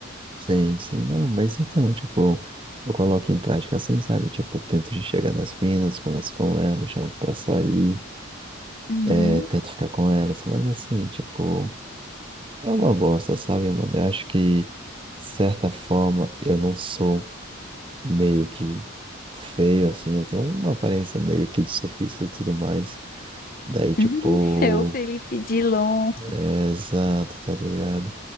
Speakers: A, on the right; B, on the left.
A: sim, sim, não, mas então, tipo, eu coloco em prática assim, sabe? Tipo, eu tento chegar nas minas, converso com elas, chamo pra sair,
B: Uhum.
A: é, tento
B: <laughs>
A: ficar com elas, mas assim, tipo, é uma bosta, sabe, mano? Eu acho que, de certa forma, eu não sou. meio que feio, assim, eu tenho uma aparência meio que de surfista e tudo mais. Daí, tipo.
B: Uhum. Eu, Felipe Dilon.
A: É, exato, tá ligado?